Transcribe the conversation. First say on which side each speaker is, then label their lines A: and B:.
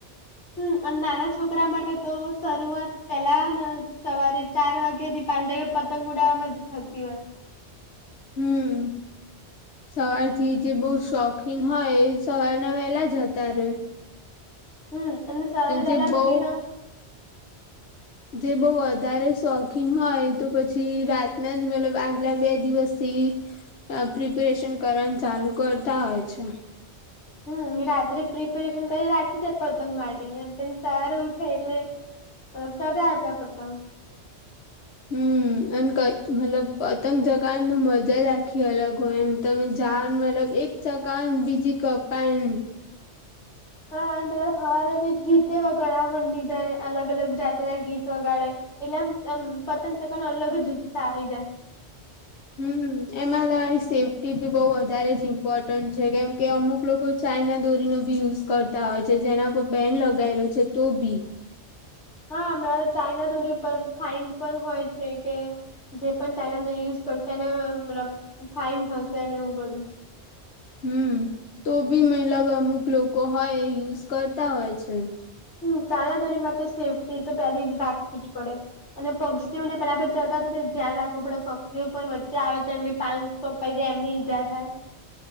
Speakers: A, on the left; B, on the left.
A: હમ્મ અને નાના છોકરા માટે તો શરૂઆત પેહલાં હને સવારે ચાર વાગ્યાથી પાંચ વાગ્યે પતંગ ઉડાડવામા જ થતી હોય.
B: હમ્મ. સવારથી જે બહુ શોખીન હોય સવારનાં વહેલાં જતાં રે.
A: હમ્મ અને સવારે વેહલા
B: જે બઉ
A: ઉઠીને
B: જે બઉ વધારે શોખીન હોય તો પછી રાતનાં જ મતલબ આગલા બે દિવસથી અ પ્રિપેરેશન કરવાનું ચાલુ કરતાં હોય છે.
A: હમ રાત્રે પ્રિપરેશન કરી રાખ્યુ છે પતંગ માટેની અને પછી સવારે ઉઠે એટલે મતલબ ચગાવે ત્યાં પતંગ.
B: હમ્મ. અને કઈ મતલબ પતંગ જગાવાની તો મજા જ આખી અલગ હોય એમ તમે જાવને મતલબ એક ચગાવન બીજી કપાયન.
A: હા તો પેહલા હવારે બી ગીતે વગાડવા માંડી જાય અલગ અલગ જાતના ગીત વગાડે. એટલે આમ આમ પતંગ ચતંગ ચગાવવાનો અલગ જ ઉત્સાહ આવી જાય.
B: હમ્મ, એમાં તમારી સેફ્ટી ભી બઉ વધારે જ ઈમ્પોર્ટન્ટ છે કેમ કે અમુક લોકો ચાયના દોરીનો બી યુઝ કરતા હોય છે જેના પર બેન લગાયેલો છે તો બી.
A: હા હમણાં તો ચાઈના દોરી ઉપર ફાઇન પણ હોય છે કે જે પણ ચાઈના દોરી યુઝ કરશે એને મલતબ ફાઈન થશે એવું બધું.
B: હમ્મ તો બી મતલબ અમુક લોકો હોય એ યુઝ કરતા હોય છે.
A: હમ્મ, તાયાતોરી માટે સેફ્ટી તો પેહલી જ રાખવી જ પડે. અને પક્ષીઓને પણ આપણે ચરતાં વખતે ધ્યાન રાખવું પડે પક્ષીઓ પણ વચ્ચે આવે તો એમની પાન કપાઈ જાય એમની ઈજા થાય.